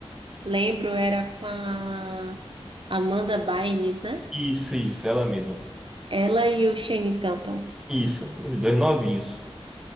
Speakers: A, on the right (about 55°); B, in the centre.
A: Lembro, era com a Amanda Bynes, né?
B: Isso, isso, ela mesma.
A: Ela e o Shane Tatum,
B: Isso, os dois novinhos.